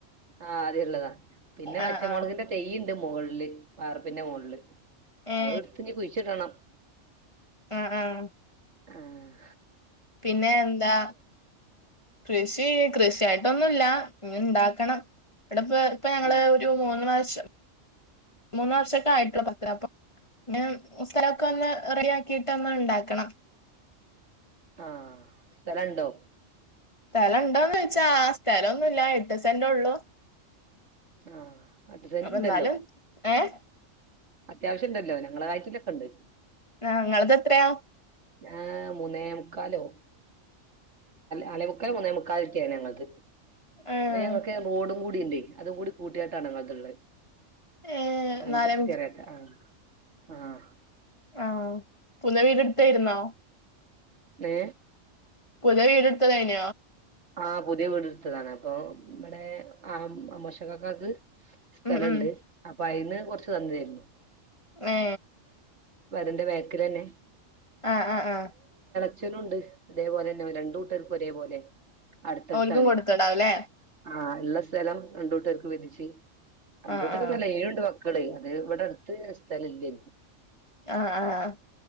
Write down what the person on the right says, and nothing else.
ആഹ് അത്ള്ളതാ പിന്നെ പച്ചമുളകിന്റെ
തെയ്യുണ്ട് മുകളില് വാർുപ്പിന്റെ മുകളില്
അത് എടുത്ത്നി കുഴിച്ചിട്ടണം.
ഉം
ഉം
<inaudible>
ആഹ സ്ഥലുണ്ടോ?
ആഹ എട്ട് സെന്റിണ്ടല്ലോ.
അത്യാവശ്യം ഉണ്ടല്ലോ ഞങ്ങളെ കായറ്റിലൊക്കെ ഉണ്ട്.
ആഹ മുന്നേമുക്കാലോ നലോമുക്കാലോ? മുന്നേമക്കാലൊക്കെയാണ് ഞങ്ങളത്.
ഞങ്ങൾക്ക് റോഡും കൂടി ഉണ്ട് അതും കൂടി കൂട്ടിയായിട്ടാണ് ഞങ്ങള്ളത്.
ഞൻ
കൃത്യരത്തെ ആഹ ആഹ
ഏ
ആ പുതിയ വീടടുത്തതാണ് അപ്പൊ ബടെ ആ അമ്മോശക്കാക്കാക്ക് സ്ഥലണ്ട്
അപ്പൊയ്ന്ന് കൊറച്ച് തന്നയിരുന്നു.
ന്റെ ബേക്കിലന്നെ.
ച്ഛനുണ്ട് തേപോലെ ന്നെ രണ്ടൂട്ടർക്കും ഒരേപോലെ അടുത്തടുത്താണ്.
ആ ഇള്ള സ്ഥലം രണ്ടൂട്ടുകർക്ക് വിതിച്ച് രണ്ടൂട്ടുർന്നല്ല
ഏയുണ്ട് ക്കൾ അത് ഇവടടുത്ത് സ്ഥലല്ലനീ.